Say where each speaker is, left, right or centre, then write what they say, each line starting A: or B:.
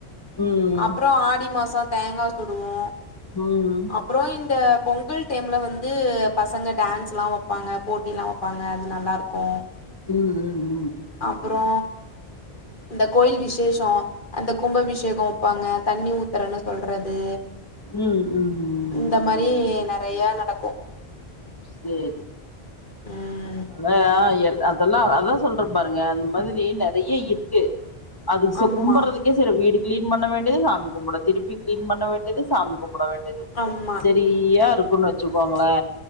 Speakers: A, on the left; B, on the left.
A: ம்
B: அப்பற ஆடி மாச தேங்கா சுடுவோ
A: ம்
B: அப்பற இந்த பொங்கல் டைம்ல வந்து பசங்க டான்ஸ்லா வப்பாங்க போட்டிலா வப்பாங்க அது நல்லாருக்கு
A: ம் ம்
B: அப்பறோ இந்த கோயில் விசேஷ அந்த கும்பாபிஷேக வப்பாங்க தண்ணி ஊத்துறன்னு சொல்றது
A: ம் ம்
B: இந்த மாரி நெறையா நடக்கு
A: சேரி
B: உம்
A: ஆனா எ அதெல்லா அதா சொல்றே பாருங்க அந்த மாதிரி நெறைய இருக்கு அதுக்கு ச
B: ஆமா
A: கும்புறதுக் சேரி வீடு க்ளீன் பண்ண வேண்டியது சாமி கும்பட திருப்பி க்ளீன் பண்ண வேண்டியது சாமி கும்பட வேண் வேண்டியது
B: ஆமா
A: செரியா இருக்குன்னு வச்சுக்கோங்களே